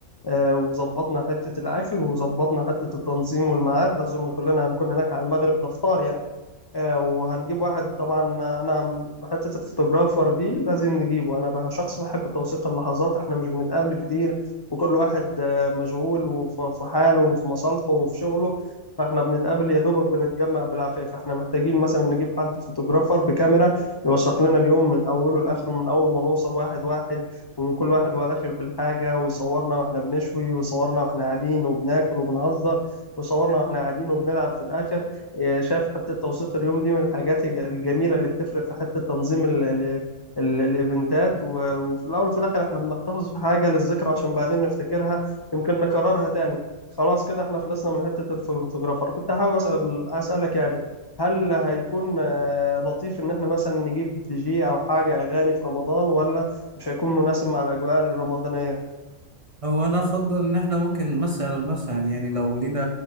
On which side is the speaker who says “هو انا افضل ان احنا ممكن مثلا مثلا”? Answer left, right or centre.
Right